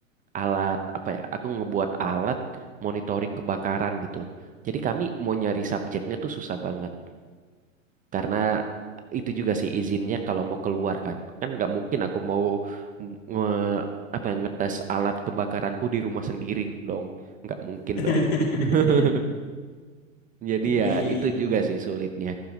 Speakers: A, on the right; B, on the left.
A: alat apa ya aku ngebuat alat monitoring kebakaran gitu jadi kami mau nyari subjeknya tuh susah banget karena itu juga sih izinnya kalau mau keluar kan kan nggak mungkin aku mau nge apa ya, ngetes alat kebakaranku di rumah sendiri dong nggak mungkin
B: <laughs>
A: dong <laughs>
B: Iya,
A: jadi ya
B: iya,
A: itu
B: iya.
A: juga sih sulitnya